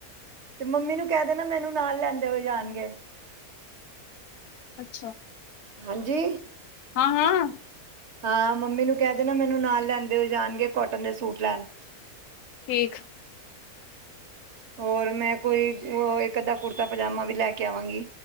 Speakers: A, on the right (about 50°); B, on the left (about 85°).
A: ਤੇ ਮੰਮੀ ਨੂੰ ਕੈ ਦੇਨਾ ਮੈਨੂੰ ਨਾਲ ਲੈਂਦੇ ਹੋਏ ਜਾਣਗੇ।
B: ਅੱਛਾ।
A: ਹਾਂਜੀ।
B: ਹਾਂ ਹਾਂ।
A: ਹਾਂ ਮੰਮੀ ਨੂੰ ਕੈ ਦੇਨਾ ਮੈਨੂੰ ਨਾਲ ਲੈਂਦੇ ਹੋੲ ਜਾਨਗੇਂ ਕੋਟਨ ਦੇ ਸੂਟ ਲੈਣ।
B: ਠੀਕ।
A: ਹੋਰ ਮੈਂ ਕੋਈ ਊ ਇੱਕ ਅੱਧਾ ਕੁੜਤਾ ਪਜਾਮਾ ਵੀ ਲੈ ਕੇ ਆਵਾਂਗੀ।